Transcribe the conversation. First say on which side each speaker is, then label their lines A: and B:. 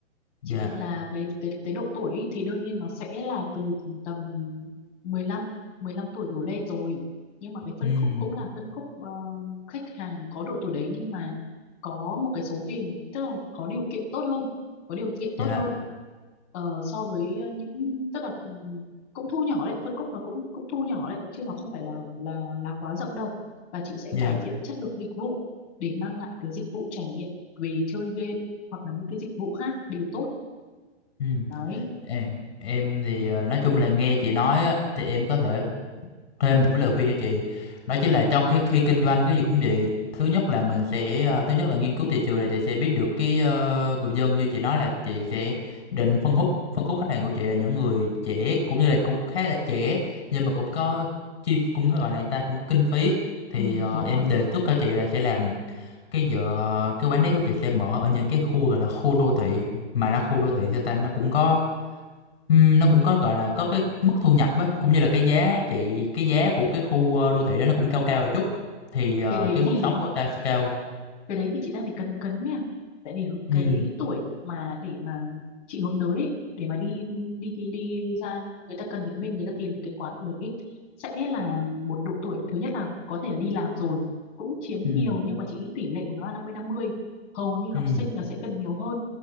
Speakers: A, on the left (about 60°); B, on the left (about 35°).
A: dạ
B: chị định là cái cái cái độ tuổi ý, thì đương nhiên nó sẽ là từ khoảng tầm mười lăm mười lăm tuổi đổ lên rồi nhưng mà cái phân
A: ừm,
B: khúc cũng là phân khúc ờ, khách hàng có độ tuổi đấy nhưng mà có một cái số tiền tức là có điều kiện tốt hơn có điều kiện tốt
A: dạ
B: hơn ờ, so với ờ, những tức là ừ, cũng thu nhỏ đấy phân khúc nó cũng cũng thu nhỏ đấy chứ nó không phải là là là quá rộng đâu và chị sẽ
A: dạ
B: cải thiện chất lượng dịch vụ để mang lại cái dịch vụ trải nghiệm về chơi game hoặc là những cái dịch vụ khác đều tốt
A: ừm.
B: đấy
A: em em thì ờ, nói chung là nghe chị nói á, thì em có thể thêm một cái lời khuyên cho chị đó chính là trong cái khi kinh doanh cái gì cũng vậy thứ nhất là mình sẽ ờ, thứ nhất là nghiên cứu thị trường là chị sẽ biết được cái ờ, người dân như chị nói là chị sẽ định phân khúc phân khúc khách hàng của chị là những người trẻ cũng như là cũng khá là trẻ nhưng mà cũng có chi cũng có gọi là ta cũng có kinh phí thì
B: ừ,
A: ờ,
B: đúng
A: em
B: rồi
A: đề xuất cho chị là sẽ làm cái giờ cái quán đấy của chị sẽ mở ở những cái khu gọi là khu đô thị mà nó khu đô thị sao ta nó cũng có Ừm, nó cũng có gọi là có cái mức thu nhập á, cũng như là cái giá trị cái giá của cái khu ờ, đô thị đó nó cũng cao cao một chút thì ờ,
B: cái đấy
A: cái mức
B: thì
A: sống của ta sẽ cao
B: cái đấy thì chị đang thấy cấn cấn nha tại vì
A: ừ
B: cái tuổi mà để mà chị hướng tới ấy, để mà đi đi đi đi ra người ta cần đến mình người ta tìm đến cái quán của mình ấy sẽ là một độ tuổi thứ nhất là có thể là đi làm rồi cũng chiếm
A: ừ
B: nhiều nhưng mà chị nghĩ tỷ lệ của nó là năm mươi. năm mươi, hầu như
A: ừ
B: học sinh là sẽ cần nhiều hơn